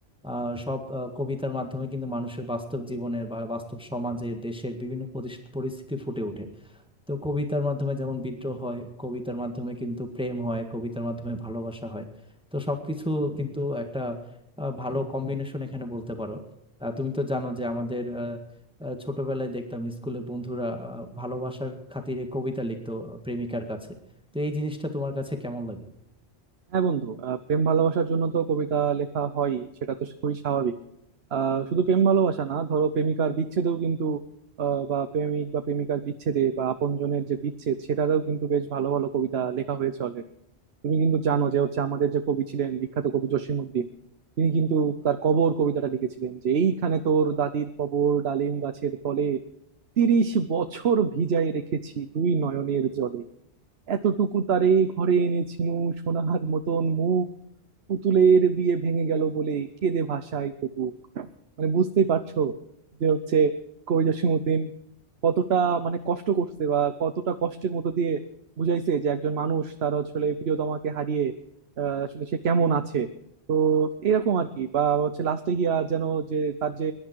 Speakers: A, in the centre; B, on the right (about 70°).
A: আহ সব আহ, কবিতার মাধ্যমে কিন্তু মানুষের বাস্তব জীবনের বা বাস্তব সমাজের দেশের বিভিন্ন পরিস- পরিস্থিতি ফুটে ওঠে তো কবিতার মাধ্যমে যেমন বিদ্রোহ হয় কবিতার মাধ্যমে কিন্তু প্রেম হয় কবিতার মাধ্যমে ভালোবাসা হয় তো সবকিছু কিন্তু একটা আহ, ভালো কম্বিনেশন এখানে বলতে পারো আহ, তুমি তো জানো যে আমাদের আহ, আহ, ছোটবেলায় দেখতাম স্কুলে বন্ধুরা আহ, ভালোবাসার খাতিরে কবিতা লিখতো প্রেমিকার কাছে তো এই জিনিসটা তোমার কাছে কেমন লাগে
B: হ্যাঁ বন্ধু আহ, প্রেম ভালোবাসার জন্য তো কবিতা লেখা হয় সেটা তো খুবই স্বাভাবিক আহ শুধু প্রেম ভালোবাসা না ধরো প্রেমিকার বিচ্ছেদেও কিন্তু আহ, বা প্রেমিক বা প্রেমিকার বিচ্ছেদে বা আপনজনের যে বিচ্ছেদ সেটাতেও কিন্তু বেশ ভালো ভালো কবিতা লেখা হয়েছে অলরেডি তুমি কিন্তু জানো যে হচ্ছে আমাদের যে কবি ছিলেন বিখ্যাত কবি জসিমউদ্দিন তিনি কিন্তু তার কবর কবিতাটা লিখেছিলেন যে এইখানে তোর দাদির কবর ডালিম গাছের তলে তিরিশ বছর ভিজায় রেখেছি দুই নয়নের জলে এতটুকু তারে ঘরে এনেছিনু সোনার মতন মুখ পুতুলের বিয়ে ভেঙে গেল বলে কেঁদে ভাসায় তো বুক মানে বুঝতেই পারছো যে হচ্ছে কবি জসিমউদ্দিন কতটা মানে কষ্ট করছে বা কতটা কষ্টের মতো দিয়ে বুঝাইছে যে একজন মানুষ তার আসলে প্রিয়তমাকে হারিয়ে আহ, আসলে সে কেমন আছে তো এরকম আর কি বা হচ্ছে লাস্টে গিয়া যেন যে তার যে